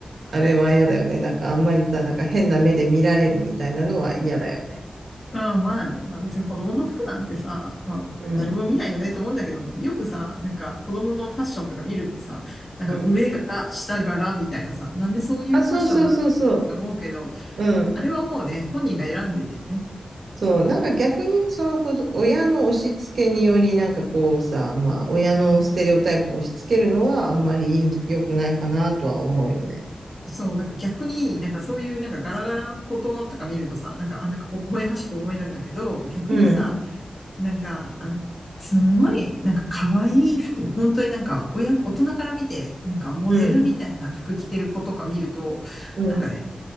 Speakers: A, on the right (about 80°); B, on the left (about 30°).
A: あれは嫌だよね。なんかあんまりさ、なんか変な目で見られるみたいなのは嫌だよね。
B: まあまあね、まあ別に子供の服なんてさ、まあ誰も見ないよねと思うんだけどね、
A: うん、
B: よくさ、なんか子供のファッションとか見るとさ、なんか上柄、
A: うん。
B: 下柄みたいなさ、なんでそういうファッションになったのって思うけど、
A: あ、そうそうそうそう。うん。
B: あれはもうね、本人が選んでんだよね。
A: そう、なんか逆にその子ど、親の押し付けにより、なんかこうさ、まあ、親のステレオタイプを押し付けるのはあんまりいいんじゃ良くないかなとは思うよね。
B: そう、なんか逆に、なんかそういうなんかガラガラの子供とか見るとさ、なんかあんなんか微笑ましく思えるんだけど、逆にさ、
A: うん、
B: なんか、あの、すんごい、なんか可愛い服、本当になんか、親、大人から見て、なんかモデルみたいな服着てる子とか見ると、
A: うん、うん。
B: なんかね、